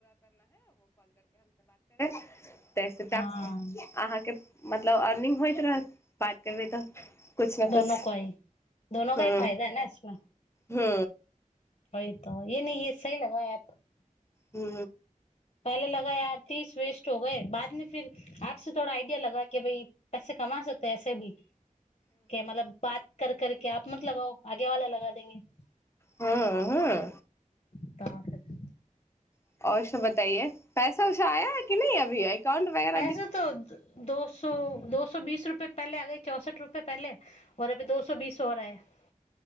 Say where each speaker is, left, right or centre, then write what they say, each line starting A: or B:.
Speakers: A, on the left; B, on the left.
A: <unintelligible> तऽसँ टास्क
B: हाँ
A: अहाँके मतलब अर्निंग होइत रहत बात करबै तऽ। कुछ ने
B: दोनों
A: कुछ
B: का ही दोनों का
A: हू
B: ही फायदा है ना इसमें
A: हू।
B: <unintelligible>
A: हू।
B: <unintelligible> <unintelligible> <unintelligible>
A: हँ हँ।
B: <unintelligible>
A: <unintelligible> <unintelligible>
B: <unintelligible> <unintelligible>